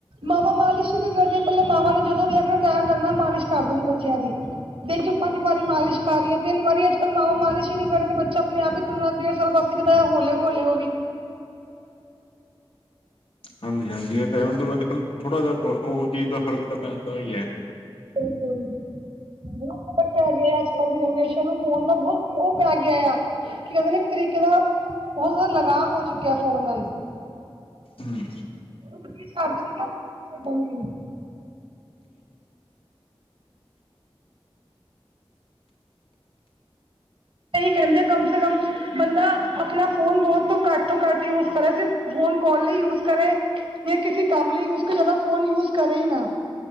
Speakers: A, on the right; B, on the left.
A: ਮਾਵਾਂ ਮਾਲਿਸ਼ ਹੀ ਨੀ ਕਰ ਰਹਿਆਂ ਪਹਿਲਾਂ ਮਾਵਾਂ ਨੇ ਜਦੋਂ ਵੀ ਦੇਖਣਾ ਟਾਈਮ ਲੱਗਣਾ ਮਾਲਿਸ਼ ਕਰ ਦੇਣੀ ਬੱਚਿਆਂ ਦੀ। ਦਿਨ 'ਚ ਪੰਜ। ਤਿੰਨ ਵਾਰੀ ਮਾਲਿਸ਼ ਕਰ ਰਹੀ ਹੈ। ਤਿੰਨ ਵਾਰੀ ਅੱਜਕੱਲ ਮਾਵਾਂ ਮਾਲਿਸ਼ ਹੀ ਨਹੀਂ ਕਰ ਰਹੀਆਂ ਤੇ ਬੱਚਾ ਆਪਣੇ ਆਪ ਹੀ ਤੁਰਨਾ ਡੇਢ ਸਾਲ ਬਾਅਦ ਸਿੱਖਦਾ ਆ ਹੌਲੇ ਹੌਲੇ। ਤੇ ਉਹ ਵੀ।
B: ਹਾਂਜੀ ਹਾਂਜੀ ਇਹ ਤਾਂ ਹੈ ਮਤਲਬ ਅੱਜ ਕੱਲ੍ਹ ਥੋੜ੍ਹਾ ਜਿਹਾ ਉਹ ਚੀਜ਼ ਦਾ ਫ਼ਰਕ ਤਾਂ ਪੈਂਦਾ ਹੀ ਹੈ।
A: ਬਿਲਕੁਲ। ਬਹੁਤ ਫ਼ਰਕ ਪੈ ਗਿਆ ਅੱਜ ਕੱਲ੍ਹ ਦੀ ਜਨਰੇਸ਼ਨ ਨੂੰ ਫੋਨ ਦਾ ਬਹੁਤ ਉਹ ਪੈ ਗਿਆ ਆ। ਕਿ ਉਹਦੇ ਨਾਂ ਇੱਕ ਤਰੀਕੇ ਦਾ ਬਹੁਤ ਜ਼ਿਆਦਾ ਲਗਾਵ ਹੋ ਚੁੱਕਿਆ ਫੋਨ ਨਾਲ਼।
B: ਹੂੰ।
A: ਕੁਛਵੀ ਛੱਡਦੇਣ ਗੇਆ ਫੋਨ ਛਡਣਗੇ। ਸਹੀ ਕੈੰਦੇ ਐ ਕਮ ਸੇ ਕਮ ਬੰਦਾ ਅਪਣਾ ਫੋਨ ਬੌਤ ਤੋ ਘੱਟ ਤੋਂ ਘੱਟ ਯੂਸ ਕਰੇ ਸਿਰਫ ਫੋਨ ਕੋਲ ਲਈ ਯੂਸ ਕਰੇ। ਯਾ ਕਿਸੀ ਕੰਮ ਲਈ ਉਸ ਕੀ ਜੈਦਾ ਫੋਨ ਯੂਸ ਕਰੇ ਈ ਨਾ।